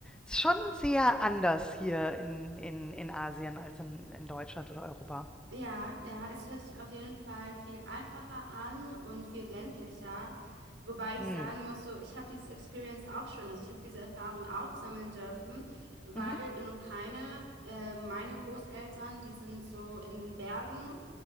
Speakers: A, in the centre; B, on the right.
A: ist schon sehr anders hier in, in, in Asien als in, in Deutschland oder Europa.
B: Ja, ja, es hört sich auf jeden Fall viel einfacher an und viel ländlicher. Wobei ich
A: Mhm.
B: sagen muss, so, ich habe dieses Experience auch schon, also ich habe diese Erfahrung auch sammeln dürfen, weil
A: Mhm.
B: in Ukraine äh, meine Großeltern, die sind so in den Bergen,